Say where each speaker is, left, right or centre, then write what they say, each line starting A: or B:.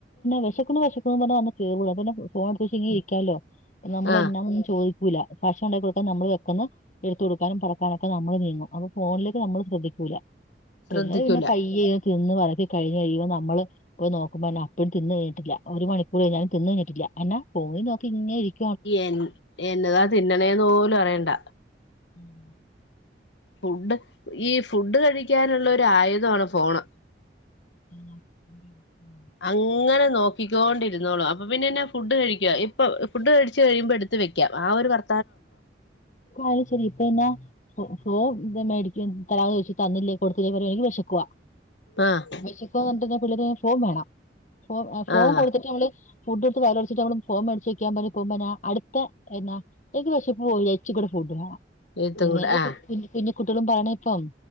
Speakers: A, on the left; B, on the left.
A: വിശക്ക്ണ് വിശക്കന്ന് പറഞ്ഞു കേറുള്ളൂ അന്നെ ഫോണ എടുത്ത് വെച്ചെങ്കി ഇരിക്കല്ലോ നമ്മളെ
B: ആഹ്
A: എന്നാന്നും ചോദിക്കൂല്ല ഭക്ഷണം ഉണ്ടാക്കി കൊടുക്കാൻ നമ്മള് വെക്കന്ന് എടുത്ത കൊടുക്കാനും പലക്കാനൊക്കെ നമ്മള് നീങ്ങും അപ്പൊ ഫോണിലേക്ക് നമ്മള് ശ്രദ്ധിക്കൂില്ല
B: ശ്രദ്ധിക്കൂല
A: പിള്ളേർ പിന്നെ പയ്യെ തിന്ന് വളബി കഴിഞ് കഴിയുമ്പോ നമ്മള് നോക്കുമ്പോ അപ്പഴും തിന്ന് കഴിഞ്ഞട്ടില്ല ഒരുണിക്കൂർ കഴിഞ്ഞാ തിന്ന് കിഞ്ഞിട്ടില്ലാ എന്നാ ഫോൺയിൽ നോക്കി ഇങ്ങന ഇരിക്കും
B: എൻ എന്നതാ തിന്നണേന്ന് പോലും അറിയണ്ട
A: ഉം
B: ഫുഡ് ഈ ഫുഡ് കഴിക്കാനുള്ള ഒരു ആയുധമാണ് ഫോണ്
A: <inaudible>
B: അങ്ങനെ നോക്കിക്കോണ്ടിരുന്നോളു അപ്പൊ പിന്നെന്നെ ഫുഡ് കഴിക്കാ ഇ ഫുഡ് കഴിച്ച് കഴിയുമ്പോ എടുത്ത് വെക്ക ആ ഒരു വർ
A: അയിശേരി ഇപ്പൊ എന്നാ ഫോൺ മേടിക്കും തരാം വെച്ച് തന്നില്ലേ കൊടുത്തില്ലേ പറയവാണെങ്കിൽ വിശക്കുവാ
B: ആഹ്
A: വിശക്കോ പറഞ്ഞിട്ട പിള്ളേ ഫോൺ വേണം ഫ ഫോൺ
B: ആഹ്
A: കൊടുത്തിട്ട് അവൾ ഫുഡ് എടുത്ത് വലടിച്ചട്ട് നമ്മള് ഫോം മേട്ച്ച് വക്കാൻ പോക്പോ അടുത്ത എന്നാ <unintelligible> അക്ക് പക്ഷെ പോയി അച്ച കൂടെ ഫുഡ് വേണം
B: എഴുത്തും
A: ഇതന്നെ
B: കൂടെ
A: അല്ലെ
B: ആഹ്
A: കുട്ടിളും പറിനെ ഇപ്പം